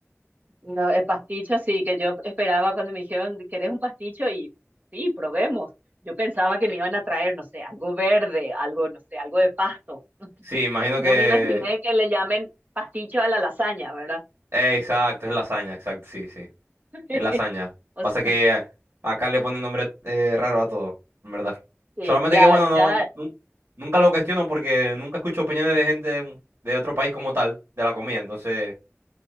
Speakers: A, on the right; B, on the right.
A: No, el pasticho sí, que yo esperaba cuando me dijeron, ¿querés un pasticho? Y sí, probemos. Yo pensaba que me iban a traer, no sé, algo verde, algo, no sé, algo de pasto. <laughs>
B: Sí, imagino
A: No
B: que...
A: me imaginé que le llamen pasticho a la lasaña, ¿verdad?
B: eh, exacto, es lasaña, exacto, sí, sí.
A: <laughs>
B: Es lasaña.
A: O
B: Pasa
A: sea,
B: que eh, acá le ponen nombre eh, raro a todo, en verdad.
A: sí,
B: Solamente
A: ya,
B: que, bueno, no,
A: ya,
B: nun- nunca lo cuestiono porque nunca escucho opiniones de gente de, un- de otro país como tal, de la comida. Entonces,